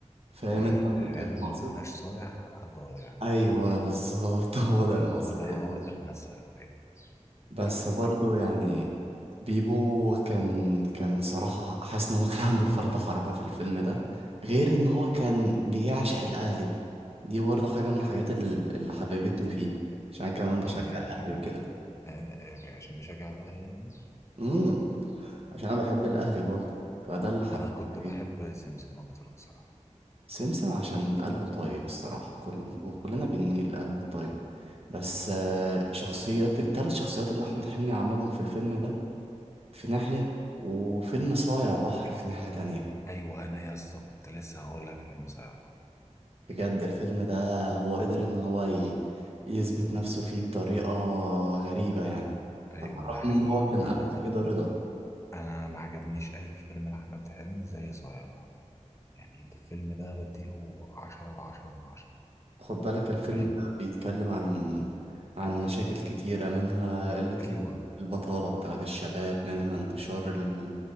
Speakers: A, on the right; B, on the left.
A: فاهم
B: ايوه
A: انت ال-
B: العيال
A: المقصد؟
B: اللي ما فيهاش صايع حقها ضايع
A: أيوه بالظبط <laughs> هو ده
B: ايوه
A: المثل
B: هو ده
A: يا
B: هو
A: زميلي.
B: ده المثل ايوه
A: بس
B: احمد سعد
A: برضه يعني بيبو كان كان صراحة حاسس ان هو كان عنده فرط حركة في الفيلم ده غير ان هو كان بيعشق الاهلي دي برضه حاجة من الحاجات ال- اللي حببتني فيه عشان أنا كمان
B: اللي
A: بشجع
B: هو يعني
A: الاهلي
B: عشان كان
A: وكده
B: بي... آه، آه، عشان بيشجع الاهلي يعني
A: امم عشان
B: مم.
A: انا بحب الاهلي برضه فده اللي حببني
B: انا كنت بحب
A: فيه
B: سمسم اكتر بصراحة
A: سمسم عشان قلبه طيب الصراحة كل وكلنا بنميل للقلب الطيب بس آه، شخصيات التلات شخصيات اللي احمد حلمي عملهم في الفيلم ده في ناحية وفيلم صايع بحر في ناحية تانية
B: ايوه انا يا اسطى كنت لسه هقول لك في المساعدة
A: بجد الفيلم ده هو قدر إن هو ي... يثبت نفسه فيه بطريقة غريبة يعني
B: ايوه
A: على الرغم
B: ده حقيقي
A: إن هو كان
B: انا
A: قبل
B: انا
A: كده رضا
B: انا ما عجبنيش اي فيلم لاحمد حلمي زي صايع بقى يعني الفيلم ده بديله عشرة وعشرة من عشرة
A: خد بالك الفيلم
B: فاهم
A: ده بيتكلم عن عن مشاكل كتيرة منها قلة
B: ايوه
A: ال- البطالة بتاعت الشباب منها انتشار ال-